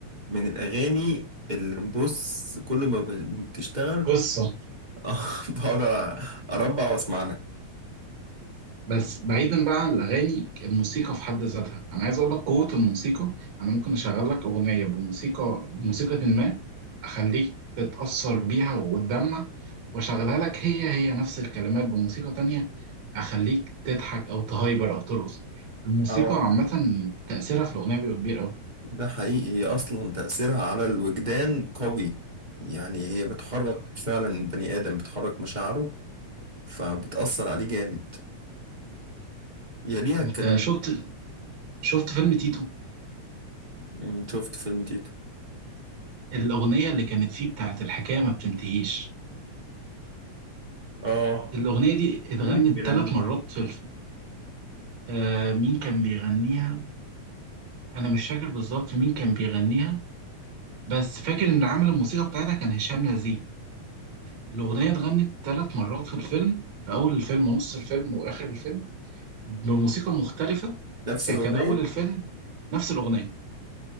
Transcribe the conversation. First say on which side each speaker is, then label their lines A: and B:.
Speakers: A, on the right (about 15°); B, on the right (about 65°).
A: من الاغاني اللي بص كل ما ب- بتشتغل
B: قصة
A: <laughs> آه، بقعد اربع واسمع لها
B: بس بعيدا بقى عن الاغاني الموسيقى في حد ذاتها انا عايز اقول لك قوه الموسيقى انا ممكن اشغل لك اغنيه بموسيقى بموسيقى ما اخليك تتاثر بيها وتدمع واشغلها لك هي هي نفس الكلمات بموسيقى تانية اخليك تضحك او تهايبر او ترقص الموسيقى
A: اه
B: عامه تاثيرها في الاغنيه بيبقى كبير قوي
A: ده حقيقي هي أصلا تأثيرها على الوجدان قوي يعني هي بتحرك فعلا البني آدم بتحرك مشاعره فبتأثر عليه جامد يليها
B: انت
A: الكلمات
B: شفت شفت فيلم تيتو
A: مم، شفت فيلم تيتو
B: الاغنيه اللي كانت فيه بتاعت الحكايه ما بتنتهيش
A: اه
B: الاغنيه دي اتغنت
A: مين اللي كان بيغنيها
B: ثلاث مرات في الفيلم آه مين كان بيغنيها انا مش فاكر بالظبط مين كان بيغنيها بس فاكر ان عامل الموسيقى بتاعتها كان هشام نزيه الاغنيه اتغنت ثلاث مرات في الفيلم في اول الفيلم ونص الفيلم واخر الفيلم بموسيقى مختلفه
A: نفس
B: يعني
A: الأغنية
B: كان اول الفيلم نفس الاغنيه